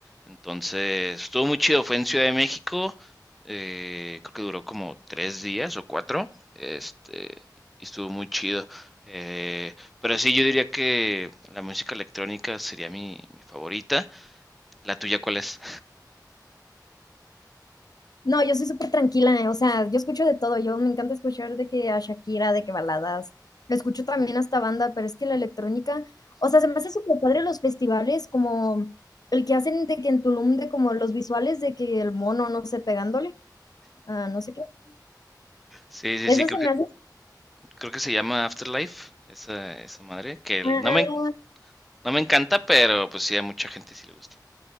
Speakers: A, in the centre; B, on the left.
A: entonces, estuvo muy chido, fue en Ciudad de México, eh, creo que duró como tres días o cuatro. Este, y estuvo muy chido. Eh, pero sí, yo diría que la música electrónica sería mi, mi favorita. ¿La tuya cuál es?
B: No, yo soy súper tranquila, eh, o sea, yo escucho de todo, yo me encanta escuchar de que a Shakira, de que baladas, escucho también hasta banda, pero es que la electrónica, o sea, se me hace súper padre los festivales, como el que hacen de que en Tulum, de como los visuales de que el mono, no sé, pegándole, Ah, no sé qué.
A: Sí, sí,
B: Eso
A: sí, creo
B: se
A: que,
B: me
A: creo que se llama Afterlife, esa, esa madre, que el-
B: hace
A: no me, no me encanta, pero pues sí, a mucha gente sí le gusta.